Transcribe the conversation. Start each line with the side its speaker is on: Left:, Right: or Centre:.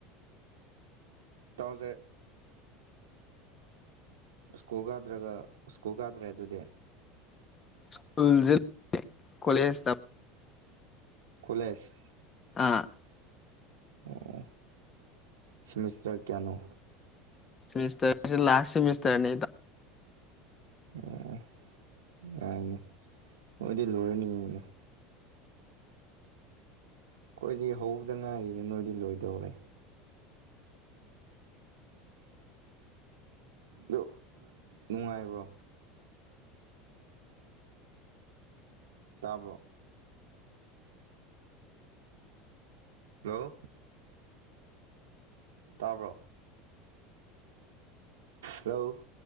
Right: ꯁꯦ ꯁ꯭ꯀꯨꯜ ꯀꯥꯗ꯭ꯔꯒ ꯁ꯭ꯀꯨꯜ ꯀꯥꯗ꯭ꯔꯦ ꯑꯗꯨꯗꯤ
Left: ꯁ꯭ꯀꯨꯜꯖ ꯀꯣꯂꯦꯖ ꯇ
Right: ꯀꯣꯂꯦꯖ
Left: ꯑꯥ
Right: ꯑꯣ ꯁꯤꯦꯃꯤꯁꯇꯔ ꯀꯌꯥꯅꯣ
Left: ꯃꯤꯁꯇꯔ ꯂꯥꯁ ꯁꯤꯃꯤꯁꯇꯔꯦꯅꯤ
Right: ꯑꯣ ꯌꯥꯏꯅꯤ ꯃꯣꯏꯗꯤ ꯂꯣꯏꯔꯅꯤꯅꯦ ꯑꯩꯈꯣꯏꯗꯤ ꯍꯧꯕꯗ ꯉꯥꯏꯔꯤꯗ ꯅꯣꯏꯗꯤ ꯂꯣꯏꯗꯧꯔꯦ ꯑꯗꯨ ꯅꯨꯡꯉꯥꯏꯕ꯭ꯔꯣ ꯇꯥꯕ꯭ꯔꯣ ꯍꯜꯂꯣ ꯇꯥꯔꯕ꯭ꯔꯣ ꯍꯜꯂꯣ